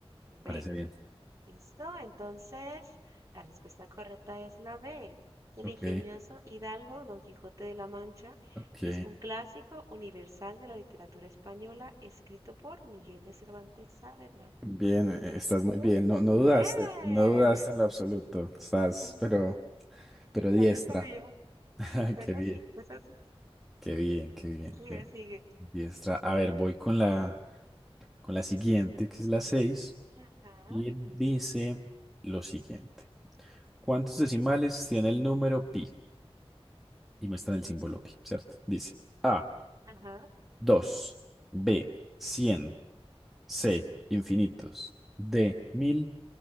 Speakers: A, in the centre; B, on the right.
A: parece
B: B.
A: bien.
B: ¿Listo? Entonces, la respuesta correcta es la B. El
A: Ok.
B: ingenioso hidalgo Don Quijote de la Mancha
A: Ok,
B: es un clásico universal de la literatura española escrito por Miguel de Cervantes Saavedra.
A: bien, eh, estás
B: Así
A: muy
B: que,
A: bien, no,
B: muy
A: no
B: bien.
A: dudaste, no dudaste en lo absoluto, estás,
B: <laughs>
A: pero, pero
B: Ya
A: diestra.
B: yo sabía.
A: <laughs>
B: Es
A: Qué bien,
B: así, es así.
A: qué bien, qué bien,
B: Sigue,
A: qué
B: sigue.
A: diestra. A ver, voy con la, con la siguiente, que es la 6
B: Ajá,
A: y dice lo siguiente. ¿Cuántos decimales tiene el número pi? Y muestran el símbolo pi, ¿cierto? Dice A,
B: ajá.
A: 2, B, 100, C, infinitos, D, 1000